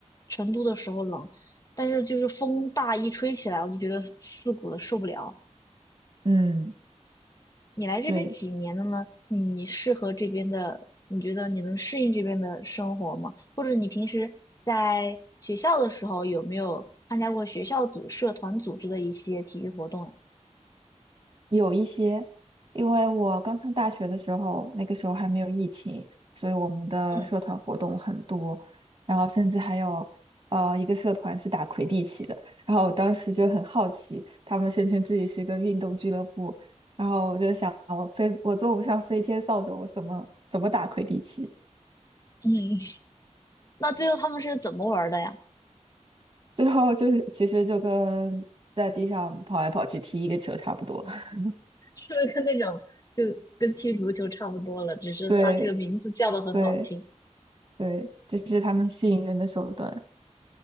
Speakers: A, on the left; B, on the right.
A: 成都的时候冷，但是就是风大一吹起来，我就觉得刺骨的受不了。
B: 嗯，
A: 你来这边几年了呢？
B: 对。
A: 你适合这边的，你觉得你能适应这边的生活吗？或者你平时在学校的时候有没有参加过学校组、社团组织的一些体育活动呀？
B: 有一些，因为我刚上大学的时候，那个时候还没有疫情，所以我们的社团活动很多，
A: 嗯
B: 然后甚至还有呃一个社团是打魁地奇的，然后我当时就很好奇，他们声称自己是一个运动俱乐部，然后我就想我飞我坐不上飞天扫帚，我怎么怎么打魁地奇？
A: 嗯，那最后他们是怎么玩儿的呀？<laughs>
B: <laughs> 最后就是其实就跟在地上跑来跑去踢一个球差不多，<laughs>
A: 是不是跟那种就跟踢足球差不多了，只是它这个名字叫的很好听
B: 对对对，这是他们吸引人的手段。